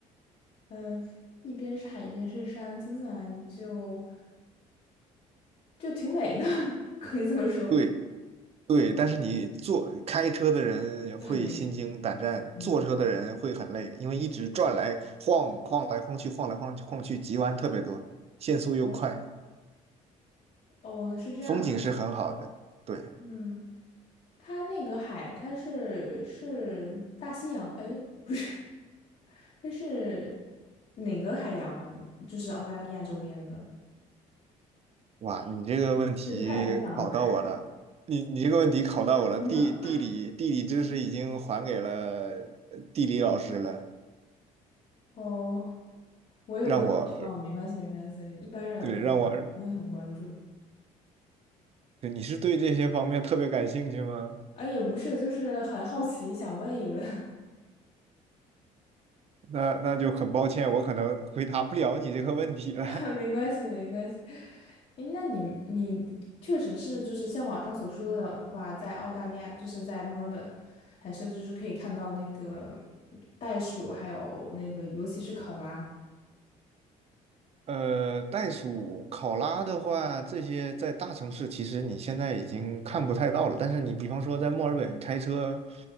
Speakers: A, on the left (about 50°); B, on the right (about 40°).
A: 嗯、一边是海，一边是山，听起来就就挺美的，<laughs> 可以这么说。
B: 对，对，但是你坐开车的人会心惊胆战，
A: 就很累。嗯，
B: 坐车的人会很累，因为一直转来晃晃来晃去，晃来晃去晃去，急弯特别多，限速又快，
A: 哦哦，是这样
B: 风景是很好的。对。
A: 嗯，它那个海，它是是大西洋，哎，不是，它是哪个海洋？就是澳大利亚周边的，
B: 哇，你这个问题考到我了，
A: 是太平洋、<laughs> 海
B: 你你这个问题考到我了，
A: 洋。
B: 地地理地理知识已经还给了呃地理老师了，
A: 哦，我也我也知道了，
B: 让我
A: 没关系没关系，一般人可能不会很关注。
B: 对让我对你是对这些方面特别感兴趣吗？
A: 啊，也不是，就是很好奇，想问一问。
B: 那那就很抱歉，我可能回答不了你这个问题了。
A: <laughs>
B: <laughs>
A: 没关系没关系。诶，那你你确实是就是像网上所说的话，在澳大利亚，就是在墨尔本，还是就是可以看到那个袋鼠，还有那个尤其是考拉。
B: 呃，袋鼠、考拉的话，这些在大城市其实你现在已经看不太到了。但是你比方说在墨尔本开车